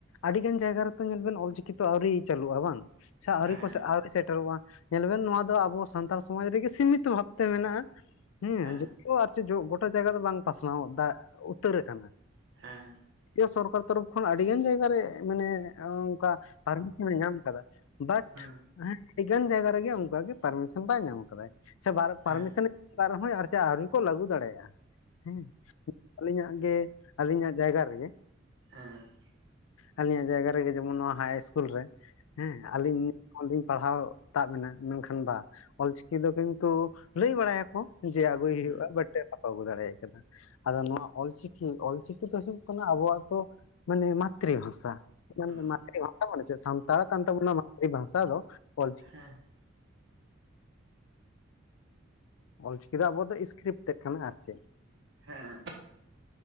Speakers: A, on the left; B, on the right.
A: ᱟᱰᱤ ᱜᱟᱱ ᱡᱟᱭᱜᱟ ᱨᱮᱛᱚ ᱧᱮᱞᱵᱮᱱ ᱚᱞᱪᱤᱠᱤ ᱛᱚ ᱟᱹᱣᱨᱤ ᱪᱟᱹᱞᱩᱜ-ᱟ ᱵᱟᱝ ᱥᱮ ᱟᱹᱣᱨᱤ
B: ᱦᱮᱸ
A: ᱠᱚ ᱥᱮ ᱟᱹᱣᱨᱤ ᱥᱮᱴᱮᱨᱚᱜ-ᱟ ᱧᱮᱞ ᱵᱮᱱ ᱱᱚᱣᱟ ᱫᱚ ᱟᱵᱚ ᱥᱟᱱᱛᱟᱲ ᱥᱚᱢᱟᱡᱽ ᱨᱮᱜᱮ ᱥᱤᱢᱤᱛᱚ ᱵᱷᱟᱵᱛᱮ ᱢᱮᱱᱟᱜ-ᱟ ᱦᱮ
B: ᱦᱮᱸ
A: ᱡᱚᱫᱤᱭᱚ ᱟᱨ ᱜᱚᱴᱟ ᱡᱟᱭᱜᱟ ᱫᱚ ᱵᱟᱝ ᱯᱟᱥᱱᱟᱣ ᱫᱟ ᱩᱛᱟᱹᱨ ᱠᱟᱱᱟ
B: ᱦᱮᱸ
A: ᱦᱮ ᱥᱚᱨᱠᱟᱨ ᱛᱚᱨᱚᱯᱷ ᱠᱷᱚᱱ ᱟᱹᱰᱤ ᱜᱟᱱ ᱡᱟᱭᱜᱟ ᱨᱮ ᱢᱟᱱᱮ ᱚᱱᱠᱟ ᱯᱟᱨᱢᱤᱥᱚᱱᱮ ᱧᱟᱢ ᱟᱠᱟᱫᱟ ᱵᱟᱴ
B: ᱦᱮᱸ
A: ᱦᱮ ᱟᱹᱰᱤ ᱜᱟᱱ ᱡᱟᱭᱜᱟ ᱨᱮᱜᱮ ᱚᱱᱠᱟ ᱜᱮ ᱯᱟᱨᱢᱤᱥᱚᱱ ᱵᱟᱭ ᱧᱟᱢ ᱠᱟᱫᱟ ᱥᱮ
B: ᱦᱮᱸ
A: ᱯᱟᱨᱢᱤᱥᱚᱱ ᱚᱠᱟ ᱨᱮᱦᱚᱸ ᱟᱨ ᱪᱟᱜ ᱟᱹᱣᱨᱤ ᱠᱚ ᱞᱟᱹᱜᱩ ᱫᱟᱲᱮᱭᱟᱜᱼᱟ ᱦᱮᱸ ᱟᱹᱞᱤᱧᱟᱜ ᱜᱮ ᱟᱹᱞᱤᱧᱟᱜ ᱡᱟᱭᱜᱟ ᱨᱮᱜᱮ
B: ᱦᱮᱸ
A: ᱟᱞᱤᱧᱟᱜ ᱡᱟᱭᱜᱟ ᱨᱮᱜᱮ ᱡᱮᱢᱚᱱ ᱱᱚᱣᱟ ᱦᱟᱭ ᱤᱥᱠᱩᱞ ᱨᱮ ᱦᱮᱸ ᱟᱹᱞᱤᱧ ᱦᱚᱞᱤᱧ ᱯᱟᱲᱦᱟᱣ ᱛᱟᱵ ᱮᱱᱟ ᱢᱮᱱᱠᱷᱟᱱ ᱵᱟ ᱚᱞ ᱪᱤᱠᱤ ᱫᱚ ᱠᱤᱱᱛᱩ ᱞᱟᱹᱭ ᱵᱟᱲᱟᱭᱟᱠᱚ ᱡᱮ ᱟᱹᱜᱩᱭ
B: ᱦᱮᱸ
A: ᱦᱩᱭᱩᱜᱼᱟ ᱵᱟᱴ ᱵᱟᱠᱚ ᱟᱹᱜᱩ ᱫᱟᱲᱮᱭᱟᱜ ᱠᱟᱱᱟ ᱟᱫᱚ ᱱᱚᱣᱟ ᱚᱞᱪᱤᱠᱤ ᱚᱞᱪᱤᱠᱤ ᱫᱚ ᱦᱩᱭᱩᱜ ᱠᱟᱱᱟ ᱟᱵᱚᱣᱟᱜ ᱛᱚ ᱢᱟᱱᱮ ᱢᱟᱛᱨᱤ ᱵᱷᱟᱥᱟ
B: ᱦᱮᱸ
A: ᱢᱟᱛᱨᱤ ᱵᱷᱟᱥᱟ ᱢᱟᱱᱮ ᱪᱮᱫ? ᱥᱟᱱᱛᱟᱲ ᱠᱟᱱ ᱛᱟᱵᱚᱱᱟ ᱢᱟᱛᱨᱤ ᱵᱷᱟᱥᱟ ᱫᱚ ᱚᱞᱪᱤᱠᱤ
B: ᱦᱮᱸ
A: ᱚᱞᱪᱤᱠᱤ ᱫᱚ ᱟᱵᱚ ᱫᱚ ᱤᱥᱠᱨᱤᱯᱴ ᱛᱮᱫ ᱠᱟᱱᱟ ᱟᱨ ᱪᱮᱫ
B: ᱦᱮᱸ